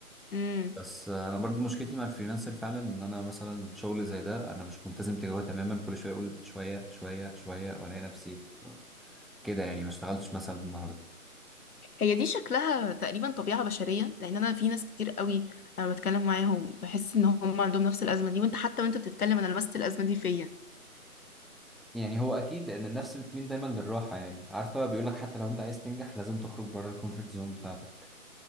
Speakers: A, on the left (about 75°); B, in the centre.
A: امم
B: بس آه، انا برضو مشكلتي مع الفريلانسر فعلا ان انا مثلا شغل زي ده انا مش ملتزم تجاهه تماما كل شويه اقول شويه شويه شويه والاقي نفسي كده يعني ما اشتغلتش مثلا النهارده
A: هي دي شكلها تقريبا طبيعة بشرية لان انا في ناس كتير قوي انا بتكلم معاهم بحس ان هم عندهم نفس الازمة دي وانت حتى وانت بتتكلم انا لمست الازمة دي فيا
B: يعني هو اكيد لان النفس بتميل دايما للراحه يعني عارفه بيقول لك حتى لو انت عايز تنجح لازم تخرج بره الكومفورت زون بتاعتك